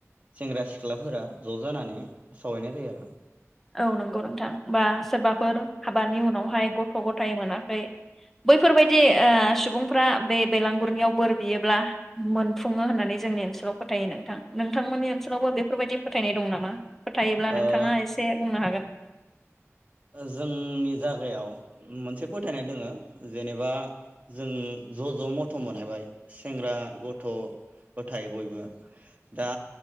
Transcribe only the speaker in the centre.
औ नंगौ नोंथां। बा सोरबाफोर हाबानि उनावहाय गथ' गथाय मोनाखै बैफोरबायदि ओसुबुंफ्रा बे बेलांगुरनियाव बोर बियोब्ला मोनफुङो होननानै जोंनि ओनसोलाव फोथायो नोंथां। नोंथांमोननि ओनसोलावबो बेफोरबायदि फोथायनाय दं नामा? फोथायोबब्ला
नोंथाङा एसे बुंनो हागोन।